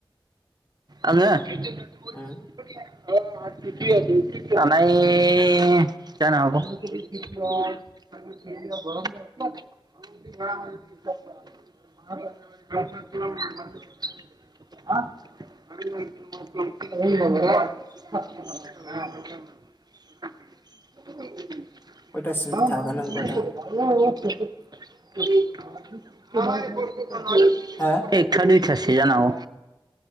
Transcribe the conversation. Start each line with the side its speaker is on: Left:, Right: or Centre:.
Right: आङो? <inaudible>
Left: उम
Right: <inaudible> थानाय जानो हागौ <inaudible> थ। <inaudible> म <inaudible>
Left: खयथासिम थागोन नोंबा
Right: मानि।
Left: दा
Right: एखाद <inaudible>
Left: हो
Right: सासे जानांगौ।